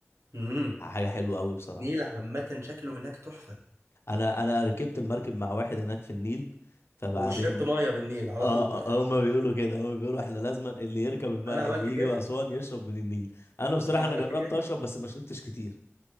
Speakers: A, on the right; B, on the left.
A: امم
B: حاجه حلوه قوي بصراحه
A: النيل عامة شكله هناك تحفة
B: انا انا ركبت المركب مع واحد هناك في النيل فبعدين
A: وشربت
B: بي...
A: مية من النيل على
B: اه
A: طول
B: آه،
A: <laughs>
B: آه، هما بيقولوا كده هما بيقولوا احنا لازما اللي يركب الماء
A: أنا عملت
B: اللي
A: كده
B: يجي اسوان يشرب من النيل انا بصراحه
A: أنا عملت
B: انا جربت
A: كده
B: اشرب بس ما شربتش كتير